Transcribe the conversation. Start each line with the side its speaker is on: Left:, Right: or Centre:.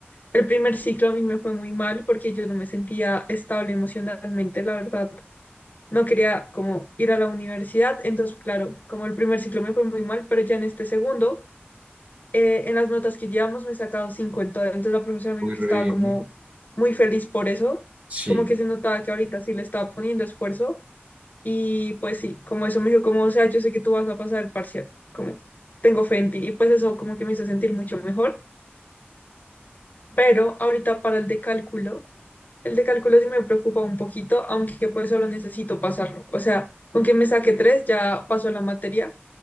Left: el primer ciclo a mí me fue muy mal porque yo no me sentía estable emocionalmente, la verdad. No quería como ir a la universidad, entonces claro, como el primer ciclo me fue muy mal, pero ya en este segundo, eh, en las notas que llevamos me he sacado 5 en entonces la profesora me
Right: Muy
Left: dijo que
Right: re
Left: estaba
Right: bien.
Left: como muy feliz por eso,
Right: Sí,
Left: como que se notaba que ahorita sí le estaba poniendo esfuerzo y pues sí, como eso me dijo como, o sea, yo sé que tú vas a pasar el parcial, como tengo fe en ti y pues eso como que me hizo sentir mucho mejor, pero ahorita para el de cálculo El de cálculo sí me preocupa un poquito, aunque pues solo necesito pasarlo. O sea, con que me saque tres ya paso la materia.